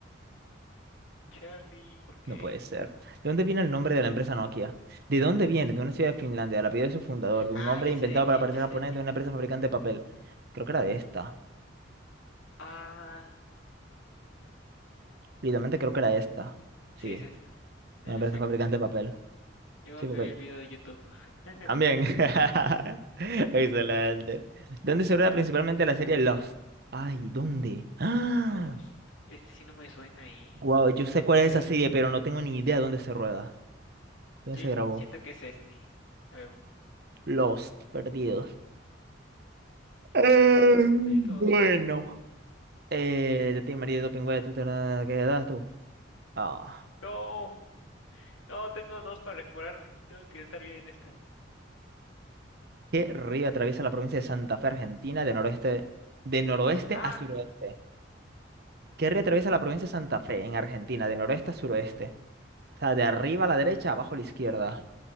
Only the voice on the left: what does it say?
Charlie, ¿por qué?
Ah,
ya
sé de
quién,
ya sé
de quién.
Ah,
sí, es
esta. En
efecto.
Yo
me
vi el video de YouTube. <laughs>
Don
Lost. Este sí no me suena ahí.
Pero
Yo
siento que es este. A ver, un-
perritos,
perritos.
No, no, tengo dos para recuperarme. Tengo que estar bien en esta.
No,
ah,